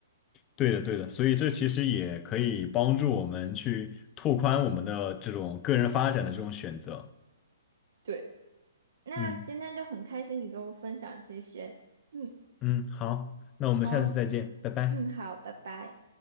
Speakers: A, on the left; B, on the right.
A: 对的，对的，所以这其实也可以帮助我们去拓宽我们的这种个人发展的这种选择。
B: 对。那今天就很开心你跟我分享这些，
A: 嗯
B: 嗯，
A: 嗯，好，那我们下次再见，
B: 好，
A: 拜拜。
B: 嗯，好，拜拜。